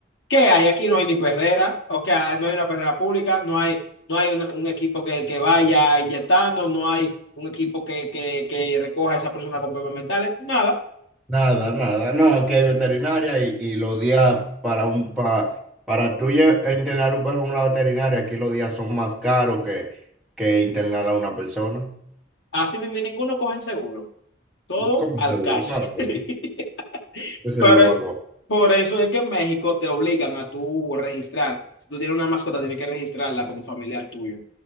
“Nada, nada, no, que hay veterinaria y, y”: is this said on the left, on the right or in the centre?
Centre